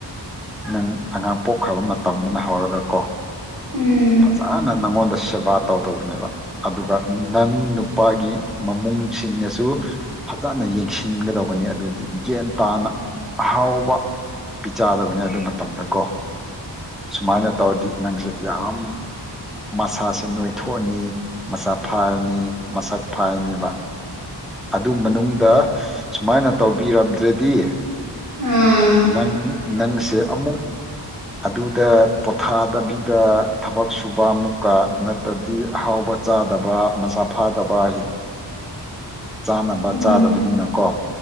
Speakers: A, in the centre; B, on the right.
A: ꯅꯪ ꯑꯉꯥꯡ ꯄꯣꯛꯈ꯭ꯔꯕ ꯃꯇꯝꯗꯅ ꯍꯧꯔꯒ ꯀꯣ
B: ꯎꯝ
A: ꯐꯖꯅ ꯅꯪꯉꯣꯟꯗ ꯁꯦꯕꯥ ꯇꯧꯗꯧꯕꯅꯦꯕ ꯑꯗꯨꯒ ꯅꯪ ꯅꯨꯄꯥꯒꯤ ꯃꯃꯨꯡꯁꯤꯡꯅꯁꯨ ꯐꯖꯅ ꯌꯦꯡꯁꯤꯟꯒꯗꯕꯅꯤ ꯑꯗꯨꯗꯤ ꯒ꯭ꯌꯥꯟ ꯇꯥꯅ ꯑꯍꯥꯎꯕ ꯄꯤꯆꯥꯗꯕꯅꯤ ꯑꯗꯨ ꯃꯇꯝꯗꯀꯣ ꯁꯨꯃꯥꯏꯅ ꯇꯧꯔꯗꯤ ꯅꯪꯁꯦ ꯌꯥꯝ ꯃꯁꯥꯁꯨ ꯅꯣꯏꯊꯣꯛꯑꯅꯤ ꯃꯁꯥ ꯐꯥꯔꯅꯤ ꯃꯁꯛ ꯐꯔꯅꯤꯕ ꯑꯗꯨ ꯃꯅꯨꯡꯗ ꯁꯨꯃꯥꯏꯅ ꯇꯧꯕꯤꯔꯝꯗ꯭ꯔꯗꯤ
B: ꯑꯝ
A: ꯅꯪ ꯅꯪꯁꯦ ꯑꯃꯨꯛ ꯑꯗꯨꯗ ꯄꯣꯊꯥꯗꯕꯤꯗ ꯊꯕꯛ ꯁꯨꯕ ꯑꯃꯨꯛꯀ ꯅꯠꯇ꯭ꯔꯗꯤ ꯑꯍꯥꯎꯕ ꯆꯥꯗꯕ ꯃꯁꯥ ꯐꯥꯗꯕ ꯍꯤ ꯆꯥꯅꯕ
B: ꯎꯝ
A: ꯆꯥꯗꯕꯅꯤꯅꯀꯣ